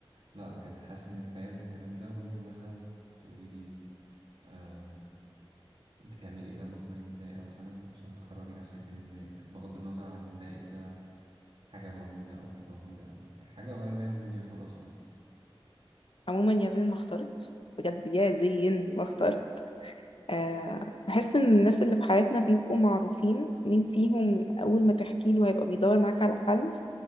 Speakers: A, on the right (about 70°); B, on the left (about 65°).
A: لا بجد حاسس إنك فاهم من الكلام ده وممكن مثلا تقولي لي آم، بتعملي إيه لما تكوني متضايقة مثلا عشان تخرجي نفسك من اللي مضايقك بغض النظر عن اللي مضايقك ده حاجة موجودة أو مش موجودة أو يعني حاجة أغير بيها مودي وخلاص مثلا
B: عموما يا زين ما اخترت بجد يا زين ما اخترت آه، بحس إن الناس اللي في حياتنا بيبقوا معروفين مين فيهم أول ما تحكي له هيبقى بيدور معاك على حل